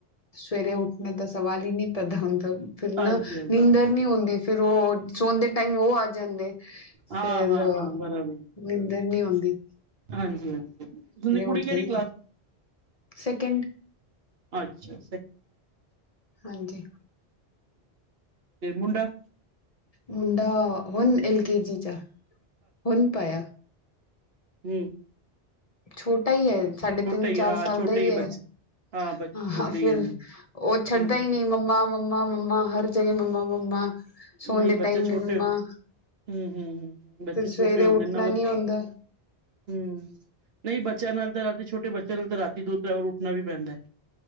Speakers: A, on the left (about 40°); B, on the right (about 65°).
A: ਸਵੇਰੇ ਉੱਠਣੇ ਦਾ। ਸਵਾਲ ਹੀ ਨੀ ਪੈਦਾ ਹੁੰਦਾ ਫਿਰ
B: ਹਾਂਜੀ
A: ਨਾ
B: ਹਾਂਜੀ
A: ਨਿੰਦਰ ਨੀ ਹੁੰਦੀ। ਫੇਰ ਉਹ ਸੋਣ ਦੇ ਟਾਈਮ ਉਹ ਆ ਜਾਂਦੇ
B: ਹਾਂ
A: ਫੇਰ।
B: ਹਾਂ ਹਾਂ ਬਰਾਬਰ
A: ਨੀਂਦਰ ਨੀ ਹੁੰਦੀ।
B: ਹਾਂਜੀ ਹਾਂਜੀ ਤੁ ਦੀ ਕੁੜੀ
A: ਉੱਠਦੇ
B: ਕਿਹੜੀ।
A: ਹੀ ਨਹੀਂ ਸੈਕਿੰਡ
B: ਅੱਛਾ।
A: ਹਾਂਜੀ।
B: ਤੇ ਮੁੰਡਾ।
A: ਮੁੰਡਾ ਹੋਣ ਐਲਕੇ ਜੀ ਚ ਹੁਣ ਪਾਇਆ।
B: ਹਮ।
A: ਛੋਟਾ ਹੀ ਹੈ ਸਾਢੇ ਤਿੰਨ
B: ਹੀ
A: ਚਾਰ
B: ਹਾਂ
A: ਸਾਲ
B: ਛੋਟੇ
A: ਦਾ ਹੀ ਹੈ।
B: ਬੱਚੇ ਹਾਂ ਬੱਚੇ
A: ਹਹ
B: ਛੋਟੇ ਹੀ
A: ਫਿਰ
B: ਹਨ
A: ਉਹ ਛੱਡਦਾ
B: ਹੂੰ
A: ਹੀ ਨਹੀਂ ਮੰਮਾ । ਮੰਮਾ ਮੰਮਾ ਹਰ ਜਗ੍ਹਾ ਮੰਮਾ ਮੰਮਾ। ਸੋਣ
B: ਨਹੀਂ
A: ਦੇ
B: ਬੱਚੇ
A: ਟਾਈਮ
B: ਛੋਟੇ
A: ਵੀ ਮੰਮਾ
B: ਹੋ। ਹਮ ਹਮ ਹਮ ਹ ਬੱਚੇ
A: ਫਿਰ
B: ਛੋਟੇ
A: ਸਵੇਰੇ
B: ਹੁੰਦੇ
A: ਉੱਠਣਾ
B: ਨਾ ਹਮ।
A: ਨੀ ਹੁੰਦਾ
B: ਨਹੀਂ ਬੱਚਿਆਂ ਨਾਲ ਤਾਂ ਰਾਤੀ ਛੋਟੇ ਬੱਚਿਆਂ ਨਾਲ ਤਾਂ ਰਾਤੀ ਦੋ ਤਿੰਨ ਵਾਰ ਉੱਠਣਾ ਵੀ ਪੈਂਦਾ ਹੈ।